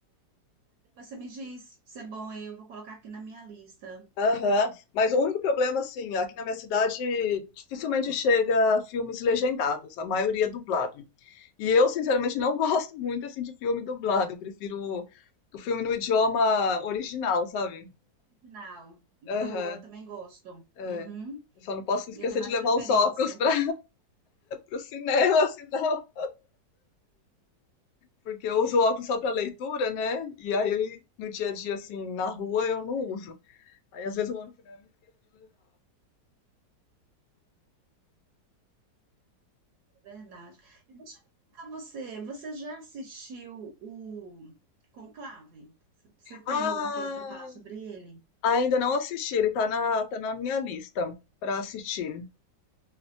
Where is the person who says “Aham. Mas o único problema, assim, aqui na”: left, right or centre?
Left